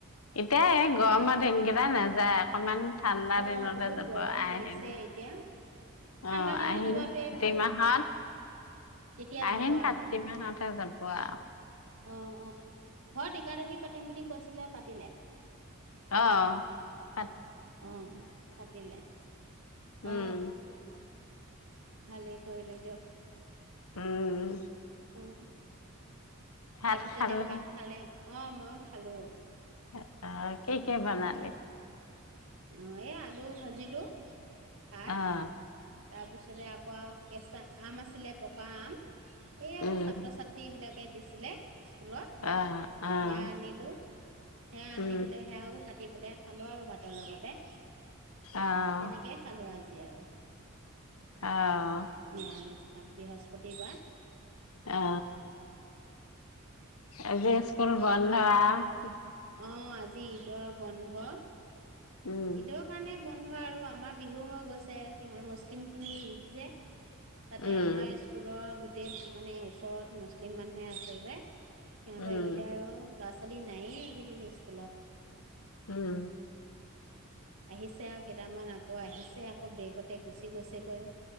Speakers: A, on the left; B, on the right.
A: এতিয়া এই গৰমৰ
B: ভালে।
A: দিনকেইটাই নেজ <unintelligible> অকমান ঠাণ্ডা
B: অ
A: দিনতে
B: বহুত
A: যাব,
B: গৰম
A: আইহেন
B: পৰিছে এতিয়া, ঠাণ্ডা
A: অঁ
B: দিনত
A: আহিন
B: যোৱাটোৱে
A: কাতি
B: ভাল।
A: মাহত,
B: তেতিয়া
A: আহিন
B: যাব আৰু।
A: কাতি মাহত তে যাব আও।
B: অ অ ঘৰত ইকাদশী পাতিম বুলি কৈছিলে, পাতিলে?
A: অ, অ।
B: অ, পাতিলে
A: উম,
B: অ ভালেই কৰিলে দিয়ক।
A: উম।
B: হোহু।
A: ভাত
B: তাৰপিছত
A: খালো
B: এতিয়া ভাত খালে? অ মইও খালো।
A: এ আ কি কি বনালি?
B: অ, এ আলু ভাজিলো। ভাত
A: অঁ
B: তাৰপিছতে আকৌ কেঁচা আম আছিলে টকা আম এইয়া
A: উম,
B: ছাত্ৰ ছাত্ৰী বিলাক ে দিছিলে স্কুলত
A: অ', অ',
B: সেয়া আনিলোঁ সেয়া আনি
A: উম,
B: পেলাই সেয়াও কাটি পেলাই খালো আৰু ভাতৰ লগতে
A: অ',
B: তেনেকেই খালো আজি আৰু
A: অ',
B: নিমিত বৃহস্প <unintelligible> কতিয়াবা
A: অ এব স্কুল বন্ধ উম
B: অ আজি ঈদ বনধ হা
A: উম,
B: সটোৰ কাৰণে বন্ধ আৰু আমাৰ বিহু হৈ গৈছে সিহঁত মুছলিম খিনি ঈদ যে তাতে
A: উম,
B: আমাৰ স্কুলৰ গো গোটেই মানে ওচৰত মুছলিম মানুহে আছে যে সিহঁতৰ
A: উম,
B: ঈদ আৰু ল'ৰা ছোৱালী নাযয়েই এইকেইদিন স্কুলত
A: উম
B: আহিছে আৰু কেইটামান আকৌ আহিছে আকৌ ব্ৰেকতে গুচি গৈছেগৈ